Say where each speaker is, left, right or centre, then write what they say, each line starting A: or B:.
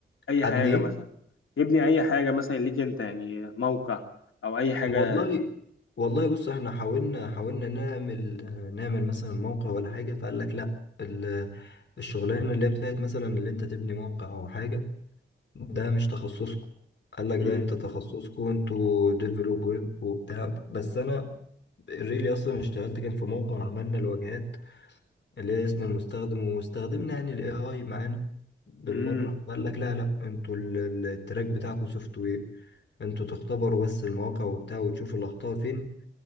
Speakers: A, on the left; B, on the left.
A: أي
B: ابني
A: حاجة
B: ايه
A: مثلا يبني أي حاجة مثلا ليك أنت يعني موقع أو أي حاجة
B: والله والله بص احنا حاولنا حاولنا نعمل نعمل مثلا موقع ولا حاجة فقال لك لا ال- الشغلانة اللي هي بتاعت مثلا اللي انت تبني موقع او حاجة ده مش تخصصكم قال لك
A: امم
B: ده انت تخصصكم انتوا ديفلوب ويب وبتاع بس انا ريلي اصلا اشتغلت كان في موقع عملنا الواجهات اللي هي اسم المستخدم واستخدمنا يعني الاي اي معانا بالمره
A: امم
B: قال لك لا لا انتوا ال- ال- التراك بتاعكم سوفت وير انتوا تختبروا بس المواقع وبتاع وتشوفوا الاخطاء فين